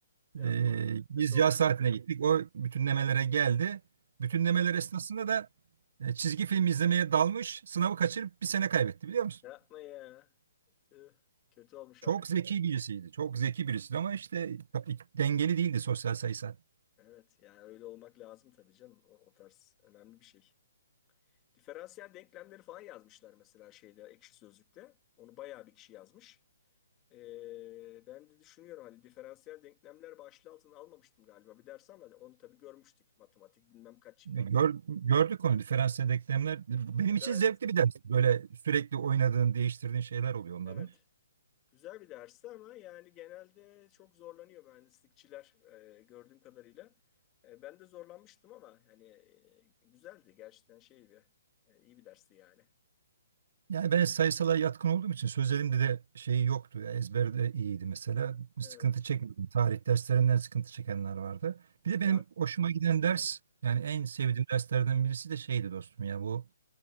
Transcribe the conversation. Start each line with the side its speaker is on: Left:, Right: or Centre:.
Left: Yapma.
Right: Ee, biz
Left: Kötü oldu.
Right: yaz saatine gittik. O bütünlemelere geldi. Bütünlemeler
Left: Ee,
Right: esnasında da e, çizgi film izlemeye dalmış. Sınavı kaçırıp bir sene kaybetti biliyor musun?
Left: Yapma ya. Tüh. Kötü olmuş
Right: Çok
Left: arkadaş.
Right: zeki birisiydi. Çok zeki birisiydi ama işte dengeli değildi sosyal sayısal.
Left: Evet yani öyle olmak lazım tabii canım. O, o tarz önemli bir şey. Diferansiyel denklemleri falan yazmışlar mesela şeyde Ekşi Sözlük'te. Onu bayağı bir kişi yazmış. Ee, ben de düşünüyorum hani diferansiyel denklemler başlığı altına almamıştım galiba bir ders ama onu tabii görmüştük. Matematik bilmem kaç şimdi
Right: E,
Left: hatırlamıyorum.
Right: Gör- gördük onu diferansiyel denklemler. Benim
Left: Yani
Right: için
Left: ben-
Right: zevkli bir ders. Böyle sürekli oynadığın, değiştirdiğin şeyler oluyor onda
Left: evet.
Right: da.
Left: Güzel bir dersti ama yani genelde çok zorlanıyor mühendislikçiler e, gördüğüm kadarıyla. E, ben de zorlanmıştım ama hani e, güzeldi gerçekten şey bir e, iyi bir dersti yani.
Right: Yani ben sayısala yatkın olduğum için sözlerimde de şey yoktu. ya ezberde iyiydi mesela. Bir
Left: Evet.
Right: sıkıntı çekmedim. Tarih derslerinden sıkıntı çekenler vardı.
Left: Siyah.
Right: Bir de benim hoşuma giden ders yani
Left: Hı.
Right: en sevdiğim derslerden birisi de şeydi dostum ya bu